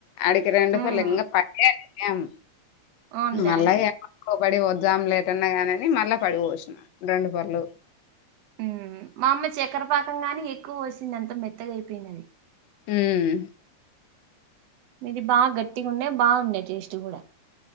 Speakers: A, on the left; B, on the right.
A: అడికి రండు
B: హ్మ్
A: పలింగ పడి యం
B: అవునులే
A: మళ్ళ య ఒక పక్క పడి పోద్దాం లేటన్నా గాని మళ్ళా పడిపోసినా రెండు పడులు
B: ఉమ్ ఉమ్ మా అమ్మ చక్కెరపాకం గాని ఎక్కువ బోసింది అంత మెత్తగయిపోయిందని
A: ఉమ్
B: మీది బాగ గట్టిగా ఉండే బాగుండే టేస్ట్ గూడ